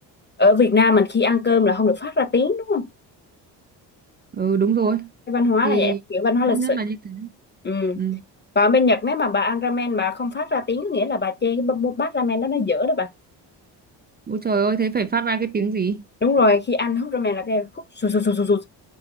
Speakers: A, on the left; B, on the right.
A: ở Việt Nam mình khi ăn cơm là không được phát ra tiếng đúng không
B: ừ đúng rồi
A: cái văn hóa
B: thì
A: là vậy kiểu văn hóa lịch
B: tốt nhất
A: sự
B: là như thế
A: ừ
B: ừ.
A: còn bên Nhật nếu mà bà ăn ramen bà không phát ra tiếng có nghĩa là bà chê cái bát bát ramen đó nó dở đó bà
B: Ôi trời ơi thế phải phát ra cái tiếng gì
A: đúng rồi khi ăn hút ramen là cái hút sù sù sù sù sù